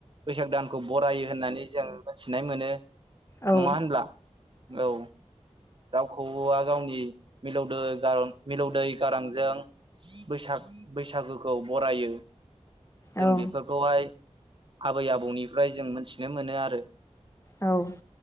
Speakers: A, on the right (about 45°); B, on the left (about 25°).
A: बैसाग दानखौ बरायो होननानै जों मिथिनाय मोनो।
B: औ
A: नङा होनब्ला? औ दाउ खौवा गावनि मिलौदो गारा मिलौदै गारांजों बैसाग बैसागोखौ बरायो। जों
B: औ
A: बेफोरखौहाय आबै आबौनिफ्राय जों मोनथिनो मोनो आरो ।
B: औ ।